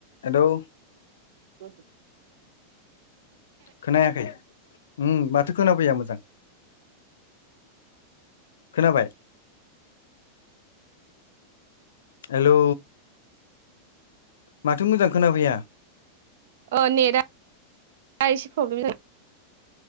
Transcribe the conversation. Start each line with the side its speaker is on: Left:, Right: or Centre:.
Left: Hello
Right: <inaudible>
Left: खोनायाखै उम माथो खोनाफैया मोजां खोनाबाय हेलौ माथो मोजां खोनाफैया
Right: ओ नेटआ एसे प्रब्लेम जादों